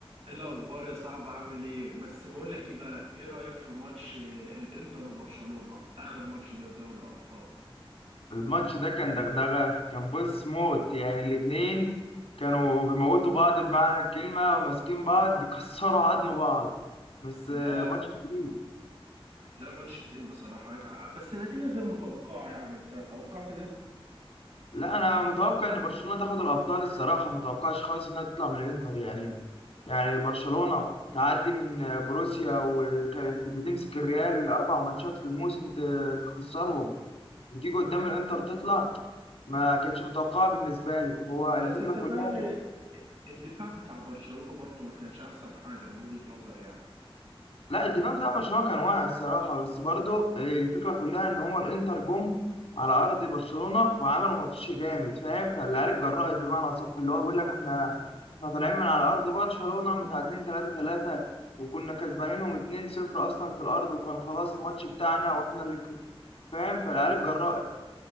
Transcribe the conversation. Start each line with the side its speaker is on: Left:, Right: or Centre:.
Right: إيه الاخبار يا صاحبي عامل ايه بس بقول لك ايه بقى ايه رايك في ماتش آه، الانتر وبرشلونه اخر ماتش ده في دوري الابطال
Left: الماتش ده كان دغدغة كان بص موت يعني الاتنين كانوا بيموتوا بعض بمعنى الكلمة وماسكين بعض كسروا عظم بعض بس آه،
Right: لا
Left: ماتش كبير
Right: لا ماتش تقيل بصراحه ع- بس النتيجه غير متوقعه يعني انت توقعت ده
Left: لا أنا متوقع إن برشلونة تاخد الأبطال الصراحة ما توقعش خالص إنها تطلع من الإنتر يعني يعني برشلونة تعدي من آه، بروسيا وكانت بتمسك الريال الأربع ماتشات في الموسم ت- تخسرهم وتيجي قدام الإنتر تطلع ما كانتش متوقعة بالنسبة لي هو
Right: بس
Left: الفكرة
Right: انت
Left: كلها
Right: فاهم إيه، الدفاع بتاع برشلونه برضو ما كانش احسن حاجه من وجهه نظري يعني
Left: لا الدفاع بتاع برشلونة كان واعي الصراحة بس برضو الفكرة كلها إن هو الإنتر جم على أرض برشلونة وعملوا ماتش جامد فاهم فالعيال اتجرأت بمعنى أصح اللي هو بيقول لك إحنا إحنا طالعين من على أرض برشلونة متعادلين 3-3 وكنا كسبانينهم 2-0 أصلا في الأرض وكان خلاص الماتش بتاعنا وإحنا اللي ك- فاهم فالعيال اتجرأت